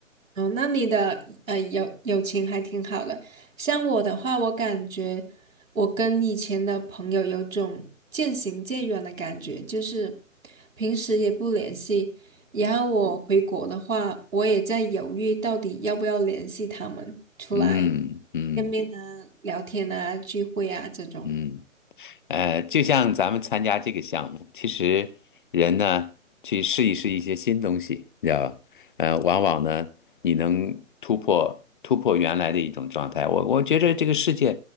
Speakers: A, on the right; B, on the left.
A: 哦，那你的呃友友情还挺好的。像我的话，我感觉我跟以前的朋友有种渐行渐远的感觉，就是平时也不联系，然后我回国的话，我也在犹豫到底要不要联系他们出来
B: 嗯嗯
A: 见面啊、聊天啊、聚会啊这种。
B: 嗯。呃，就像咱们参加这个项目，其实人呢去试一试一些新东西，你知道吧？呃，往往呢你能突破突破原来的一种状态。我我觉得这个世界